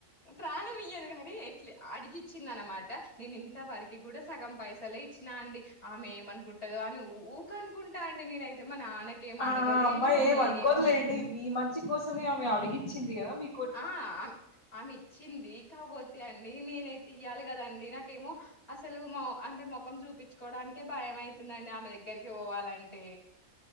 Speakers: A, on the left (about 55°); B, on the left (about 85°).
A: ప్రాణం ఇయ్యదు కాని ఎట్లా అడిగిచ్చింద అనమాట నేను ఇంత వరకి కూడా సగం పైసలే ఇచ్చి నా అండి ఆమె ఏమనుకుంటాదో అని ఉ ఊక అనుకుంటా అండి నేనైతే మా నాన్నకేం
B: ఆ
A: అడగలేను
B: అమ్మాయి ఏం
A: నేనేమో
B: అనుకోదులేండి మీ మంచి కోసమే ఆమె అడిగిచ్చింది కదా మీ
A: ఆ ఆమె ఇచ్చింది కాకపోతే అండి నేను తీయాలి కదండి నాకేమో అసలు అంటే ముఖం చూపించుకోవడాకే భయం అయితుందండి ఆమె దగ్గరికి పోవాలంటే